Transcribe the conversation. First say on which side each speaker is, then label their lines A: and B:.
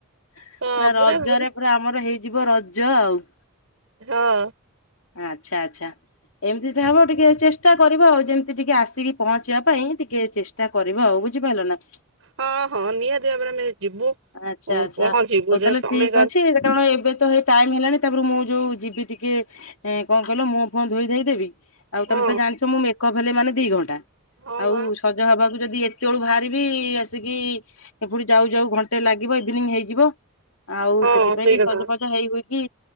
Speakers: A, on the left; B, on the right.
A: ପୁରା
B: ହଁ
A: ରଜରେ
B: ବୁଲି
A: ତାପରେ ଆମର ହେଇଯିବ ରଜ ଆଉ।
B: ହଁ।
A: ଆଚ୍ଛା ଆଚ୍ଛା। ଏମିତିଟ ହବ ଟିକେ ଚେଷ୍ଟା କରିବ ଆଉ ଯେମିତି ଟିକେ ଆସିକି ପହଞ୍ଚିବା ପାଇଁ ଟିକେ ଚେଷ୍ଟା କରିବ ଆଉ ବୁଝିପାରିଲ ନା।
B: ହଁ ହଁ ନିହାତି ଭାବରେ ଆମେ ଯିବୁ।
A: ଆଚ୍ଛା ଆଚ୍ଛା
B: ପହଞ୍ଚିବୁ
A: ହଉ
B: ଯେ
A: ତାହେଲେ
B: ତମେ
A: ଠିକ୍ ଅଛି କାରଣ ଏବେ ତ ହେଇ ଟାଇମ ହେଲାଣି ତାପରେ ମୁଁ ଯୋଉ ଯିବି ଟିକେ କଣ କହିଲ ମୁୋ ଫୋ ଧୋଇ ଦେଇଦେବି। ଆଉ
B: ହଁ
A: ତମେ ତ ଜାଣିଚ ମୁଁ ମେକଅପ୍ ହେଲେ ମାନେ ଦି ଘଣ୍ଟା।
B: ହଁ
A: ଆଉ
B: ବା
A: ହବାକୁ ଯଦି ଏତେ ବଳୁ ବାହାରିବି ଆସିକି ଏପ ଯାଉ ଯାଉ ଘଣ୍ଟେ ଲାଗିବ ଇଭିନିଂ ହେଇଯିବ ଆଉ
B: ହଁ
A: ସେଥିପାଇଁ
B: ସେଇ
A: ଟିକ
B: କଥା
A: ସଜଜ ହେଇ ହଇକି